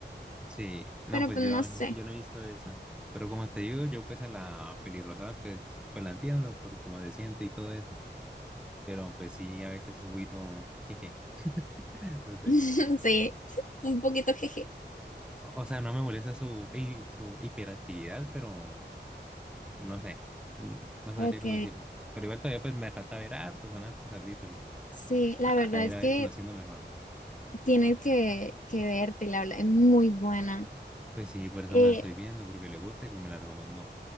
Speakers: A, in the centre; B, on the left.
A: Sí, no,
B: pero
A: pues
B: pues
A: yo,
B: no sé,
A: yo no he visto eso. Pero como te digo, yo pues a la pelirroja pues, pues la entiendo por cómo se siente y todo eso. Pero pues sí, a veces es un poquito, jeje, <laughs> no sé.
B: <laughs> sí, un poquito jeje.
A: O sea, no me molesta su, hi- su hiperactividad, pero no sé, mm, no sabría
B: Ok.
A: cómo decirlo. Pero igual todavía pues me falta ver hartos, son hartos capítulos.
B: Sí, la
A: A,
B: verdad
A: a ir
B: es
A: a
B: que
A: ver conociendo mejor.
B: tienes que, que verte, la verdad, es muy buena.
A: Pues sí, por eso
B: Eh,
A: me la estoy viendo, porque le gusta y pues me la recomendó.